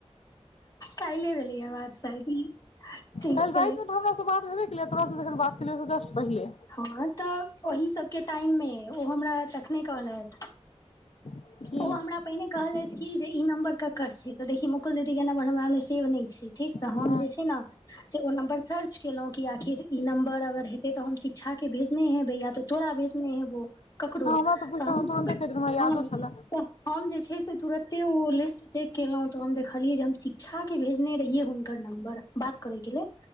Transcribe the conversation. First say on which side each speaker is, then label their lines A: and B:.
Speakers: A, on the left; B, on the left.
A: काएले भेलय यै बात शायद ई ठीक
B: काएल
A: छै
B: राएत मे तै हमरा से बात भेबै केलय यै तोरा से जखन बात केलियौ ओय से जस्ट पहले।
A: हां तै ओहि सबके टाइम मे ओ हमरा तखने कहलैथ।
B: कि
A: ओ हमरा पहिने कहलैथ कि जे ई नम्बर ककर छीयै तऽ देखी मुकुल दीदीके नम्बर हमरा मे सेव नै छै ठीक तऽ हम
B: हँ
A: जे छै नै से ओ नम्बर सर्च केलौं कि आखिर ई नम्बर अगर हेते तै हम सि छा के भेजने हैबय या तै तोरा भेजने हेबौ। ककरो
B: हँ हमरासँ पुछतै
A: तऽ हम
B: तुरन्ते
A: हां त
B: कहि देबै हमरा यादो छलए
A: हम जे छै से तुरते ओ लिस्ट चेक केलौ तऽ हम देखलियै जे हम शिक्षा के भेजने रहिए हुन कर नम्बर बात करय के लिए